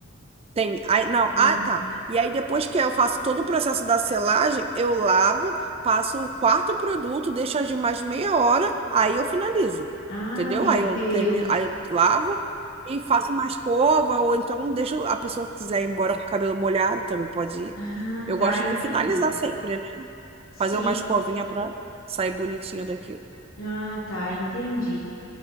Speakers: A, on the right; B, on the left.
A: Tem, aí, não,
B: Uhum.
A: ah tá. E aí depois que eu faço todo o processo da selagem, eu lavo, passo o quarto produto, deixo agir mais meia hora, aí eu finalizo.
B: Ah,
A: Entendeu?
B: meu
A: Aí
B: Deus.
A: eu termino, aí eu lavo e faço uma escova, ou então deixo a pessoa que quiser ir embora com o cabelo molhado, também pode ir.
B: Ah,
A: Eu
B: tá,
A: gosto
B: entendi.
A: de finalizar sempre, né?
B: Sim.
A: Fazer uma escovinha para sair bonitinha daquilo.
B: Ah, tá, entendi.